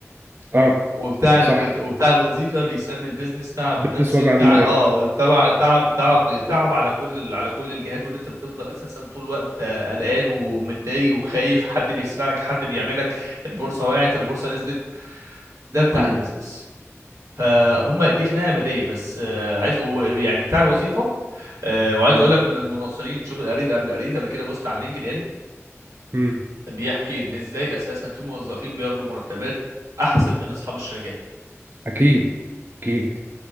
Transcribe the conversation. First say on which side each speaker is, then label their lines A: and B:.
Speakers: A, on the right; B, on the right.
A: اه
B: وبتاع
A: صح
B: الب... وبتاع الوظيفه بيسمي البيزنس تعب
A: بزنس
B: نفسي
A: وجع
B: وتعب
A: دماغ
B: اه تبع تعب تعب تعب على كل ال- على كل الجهات وان انت بتفضل اساسا طول الوقت آه، قلقان ومتضايق وخايف حد بيسرقك حد بيعملك البورصه وقعت البورصه نزلت ده بتاع
A: مم.
B: البيزنس فهم دي خناقه بديه بس آه، عايز و- يعني بتاع الوظيفه آه، وعايز
A: مم.
B: اقول لك من المناصرين شوف قريت قبل قريت قبل كده بوست على لينكد ان
A: مم.
B: بيحكي ان ازاي اساسا في موظفين بياخدوا مرتبات احسن من اصحاب الشركات
A: أكيد أكيد